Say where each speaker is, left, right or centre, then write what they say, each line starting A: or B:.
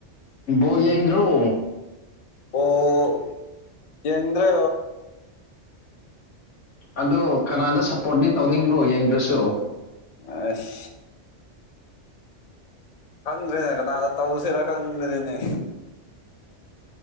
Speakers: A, on the left; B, on the left.
A: ꯕꯣꯜ ꯌꯦꯡꯗꯔꯣ
B: ꯑꯣ ꯌꯦꯗ꯭ꯔꯦ
A: ꯑꯗꯨ ꯀꯅꯥꯗ ꯁꯞꯄꯣꯔꯠꯤ ꯇꯧꯅꯤꯡꯕ꯭ꯔꯣ ꯌꯦꯡꯗ꯭ꯔꯁꯨ
B: ꯑꯁ ꯈꯪꯗ꯭ꯔꯦꯅꯦ ꯀꯅꯥꯗ ꯇꯥꯎ ꯁꯔꯀꯝ ꯃꯦꯔꯦꯅꯦ